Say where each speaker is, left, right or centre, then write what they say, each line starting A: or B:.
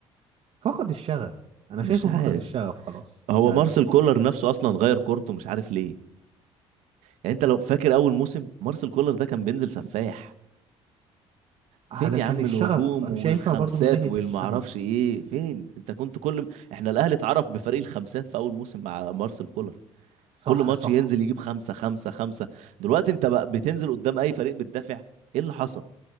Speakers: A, on the right (about 55°); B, on the right (about 75°).
A: فقد الشغف انا
B: مش
A: شايفه
B: عارف
A: فقد الشغف خلاص
B: هو
A: يعني
B: مارسيل كولر نفسه اصلا غير كورته مش عارف ليه يعني انت لو فاكر اول موسم مارسيل كولر ده كان بينزل سفاح
A: علشان
B: فين يا عم
A: الشغف
B: الهجوم
A: انا
B: والخمسات
A: شايفها برضو من ناحية
B: والمعرفش
A: الشغف
B: ايه فين انت كنت كل م... احنا الاهلي اتعرف بفريق الخمسات في اول موسم مع مارسيل كولر
A: صح
B: كل ماتش
A: صح
B: ينزل يجيب خمسة خمسة خمسة دلوقتي انت بقى بتنزل قدام اي فريق بتدافع ايه اللي حصل